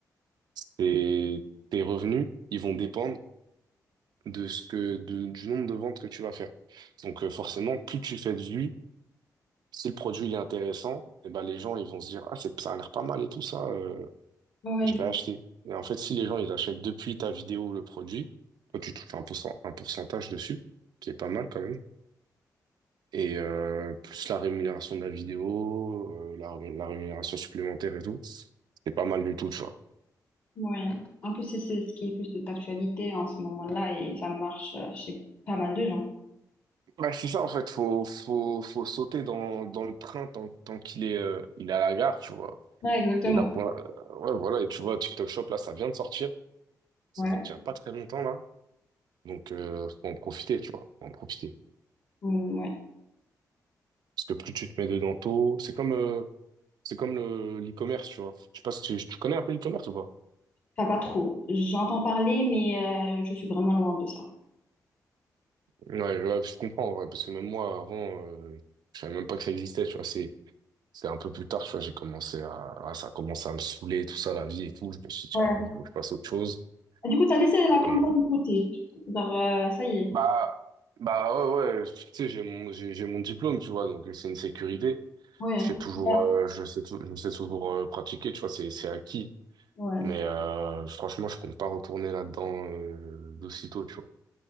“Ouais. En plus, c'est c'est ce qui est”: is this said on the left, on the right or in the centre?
Left